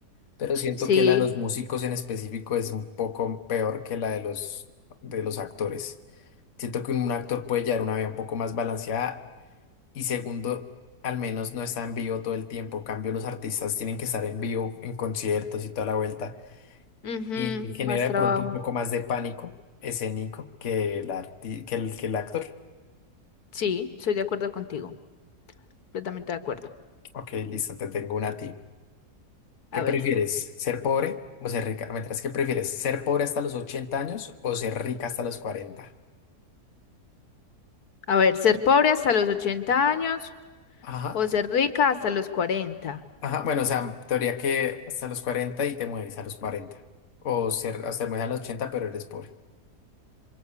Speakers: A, on the left; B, on the left.
A: pero siento
B: Sí,
A: que la de los músicos en específico es un poco peor que la de los, de los actores. Siento que un actor puede llevar una vida un poco más balanceada Y segundo, al menos no está en vivo todo el tiempo. En cambio, los artistas tienen que estar en vivo, en conciertos y toda la vuelta.
B: ujú,
A: Y genera
B: más
A: de
B: trabajo.
A: pronto un poco más de pánico escénico que el, arti- que el, que el actor.
B: Sí, Soy de acuerdo contigo, completamente de acuerdo.
A: Ok, listo, te tengo una a ti. ¿Qué
B: A
A: prefieres?
B: ver,
A: ¿Ser pobre o ser rica? Mientras, ¿qué prefieres? ¿Ser pobre hasta los 80 años o ser rica hasta los cuarenta
B: a ver, ser pobre hasta los ochenta años
A: Ajá.
B: o ser rica hasta los 40.
A: Ajá, bueno, o sea, teoría que hasta los 40 y te mueres a los cuarenta O ser, hasta te mueres a los ochenta pero eres pobre.